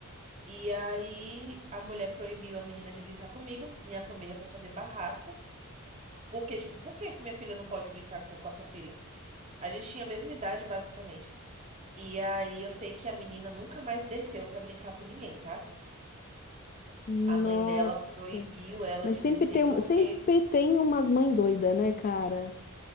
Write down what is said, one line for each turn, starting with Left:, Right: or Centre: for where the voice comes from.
Right: E aí a mulher proibiu a menina de brincar comigo, minha família foi fazer barraco. Porque, tipo, por que que minha filha não pode brincar com, com a sua filha? A gente tinha a mesma idade, basicamente. E aí eu sei que a menina nunca mais desceu pra brincar com ninguém, tá?
Left: Nossa.
Right: A mãe dela proibiu ela
Left: Mas
Right: de
Left: sempre
Right: descer
Left: tem, um-
Right: porque
Left: sempre tem umas mães doidas, né, cara?